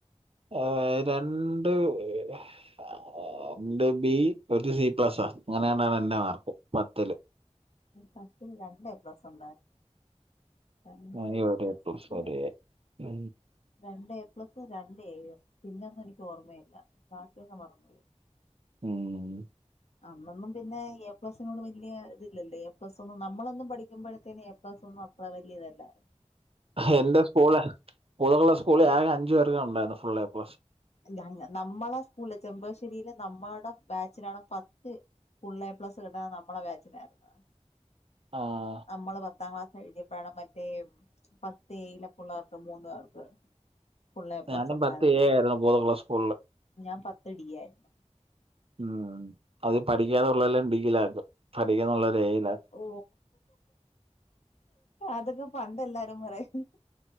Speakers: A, on the right; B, on the left.
A: ആഹ് രണ്ട് രണ്ട് ബി ഒരു സി പ്ലസ് അങ്ങനേണ്ടാണ് എന്റെ മാർക്ക് പത്തില്
B: പത്തില് രണ്ട് പ്ലസുണ്ടായിരുന്നു രണ്ട്
A: എനിക്ക്
B: എ
A: ഒരു
B: പ്ലസ്
A: ഒരു എ
B: രണ്ട് എ പ്ലസ് രണ്ട് എയും പിന്നൊന്നും എനിക്ക് ഓർമ്മയില്ല ബാക്കിയൊക്കെ മറന്ന് പോയി
A: ഉം.
B: അന്നൊന്നും പിന്നെ എ പ്ലസിനോട് വല്യ ഇതില്ലല്ലോ എ പ്ലസ് ഒന്നും നമ്മളൊന്നും പഠിക്കുമ്പോഴത്തേനും എ പ്ലസ് ഒന്നും അ ത്ര വല്ല്യ ഇതല്ല
A: എന്റെ സ്കൂള് <unintelligible> സ്കൂളിൽ ആകെ അഞ്ച് പേർക്കാണ് ഉണ്ടായിരുന്നത് ഫുള്ള് എ പ്ലസ്
B: ഞ നമ്മളെ സ്കൂളിലെ ചെമ്പകശ്ശേരിയിലെ നമ്മളുടെ ബാച്ചിനാണ് പത്ത് ഫുള്ള് എ പ്ലസ് കിട്ടണ നമ്മടെ ബാച്ചിനായിരുന്ന്
A: ആഹ്
B: നമ്മള് പത്താം ക്ലാസ് എഴുതിയപ്പഴാണ് മറ്റേ പത്ത് എയിലെ പിള്ളാർക്ക് മൂന്ന് പേർക്ക് ഫുൾ എ പ്ലസ്
A: ഞാനും
B: ഉണ്ടായിരുന്നു
A: പത്ത് എ ആയിരുന്നു കൊതകുളം സ്കൂളില്
B: ഞാൻ പത്ത് ഡി ആയിരുന്നു
A: ഉം അത് പഠിക്കാത്ത പിള്ളേരെയെല്ലാം ഡിയിൽ ആക്കും പഠിക്കുന്ന പിള്ളേരെ എ യിൽ ആക്കും
B: ഓ അതൊക്കെ പണ്ട് എല്ലാരും പറയും